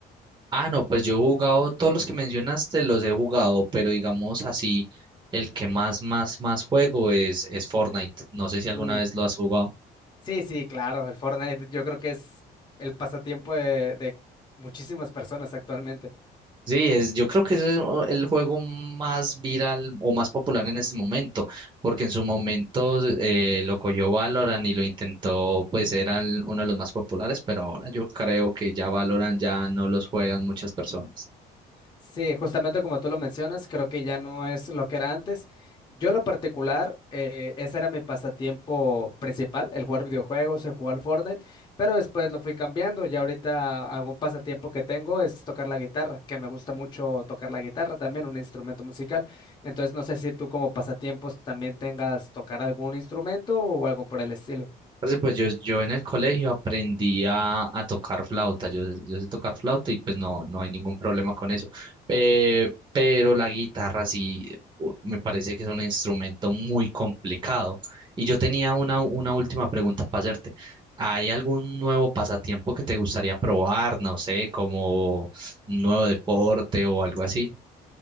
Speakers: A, on the right; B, on the left.
A: Ah, no, pues yo he jugado, todos los que mencionaste los he jugado, pero digamos así, el que más, más, más juego es, es Fortnite. No sé si alguna
B: tú.
A: vez lo has jugado.
B: Sí, sí, claro, el Fortnite yo creo que es el pasatiempo de, de muchísimas personas actualmente.
A: Sí, es, yo creo que es el el juego más viral o más popular en este momento, porque en su momento eh, lo cogió Valorant y lo intentó, pues eran uno de los más populares, pero ahora yo creo que ya Valorant ya no los juegan muchas personas.
B: Sí, justamente como tú lo mencionas, creo que ya no es lo que era antes. Yo en lo particular, eh, ese era mi pasatiempo principal, el jugar videojuegos, el jugar Fortnite, pero después lo fui cambiando Ya ahorita algún pasatiempo que tengo es tocar la guitarra, que me gusta mucho tocar la guitarra también, un instrumento musical. Entonces no sé si tú como pasatiempos también tengas tocar algún instrumento o algo por el estilo.
A: Parce, Pues yo, yo en el colegio aprendí a, a tocar flauta, yo, yo sé tocar flauta y pues no, no hay ningún problema con eso. Eh, pero la guitarra sí u- me parece que es un instrumento muy complicado. Y yo tenía una, una última pregunta para hacerte. ¿Hay algún nuevo pasatiempo que te gustaría probar? No sé, como un nuevo deporte o algo así.